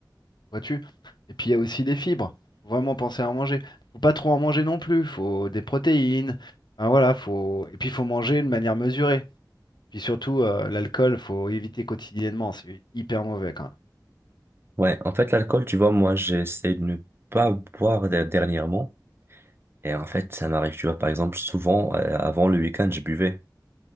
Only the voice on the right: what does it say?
Ouais, en fait, l'alcool, tu vois, moi, j'essaie de ne pas boire der- dernièrement. Et en fait, ça m'arrive, tu vois, par exemple, souvent, euh, avant le week-end, je buvais